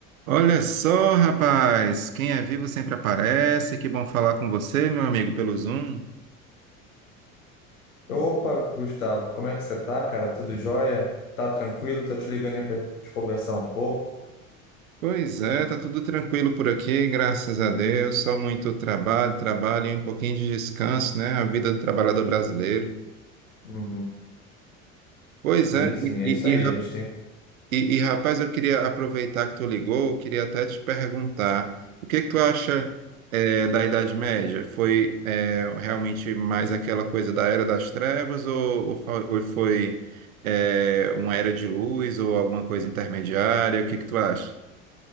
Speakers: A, on the right; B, on the left.
A: Olha só, rapaz, quem é vivo sempre aparece. Que bom falar com você, meu amigo, pelo Zoom.
B: Opa, Gustavo, como é que você tá, cara? Tudo jóia? Tá tranquilo? Tô te ligando aí pra gente conversar um pouco.
A: Pois é, tá tudo tranquilo por aqui, graças a Deus. Só muito trabalho, trabalho e um pouquinho de descanso, né? A vida do trabalhador brasileiro.
B: Uhum.
A: Pois
B: Sim,
A: é,
B: sim,
A: e,
B: é
A: e-
B: isso aí.
A: e,
B: A gente tem.
A: E, e, rapaz, eu queria aproveitar que tu ligou, eu queria até te perguntar, o que que tu acha eh, da Idade Média? Foi eh, realmente mais aquela coisa da Era das Trevas ou, ou fa- ou foi eh, uma Era de Luz ou alguma coisa intermediária? O que que tu acha?